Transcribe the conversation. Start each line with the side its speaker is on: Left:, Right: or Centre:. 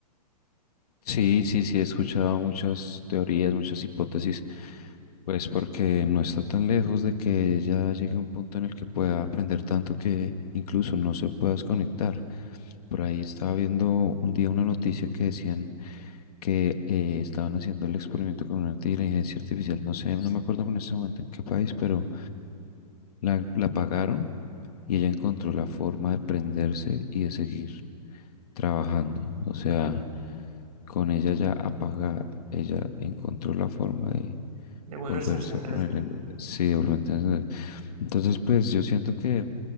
Left: Sí, sí, sí, he escuchado muchas teorías, muchas hipótesis, pues porque no está tan lejos de que ya llegue a un punto en el que pueda aprender tanto que incluso no se pueda desconectar. Por ahí estaba viendo un día una noticia que decían que eh, estaban haciendo el experimento con una inteligencia artificial, no sé, no me acuerdo en ese momento en qué país, pero la, la pagaron y ella encontró la forma de prenderse y de seguir trabajando. O sea, con ella ya apagada, ella encontró la forma de
Right: De volverse
Left: volverse
Right: a encender.
Left: a poner en... Sí, de volverse a encender. Entonces, pues yo siento que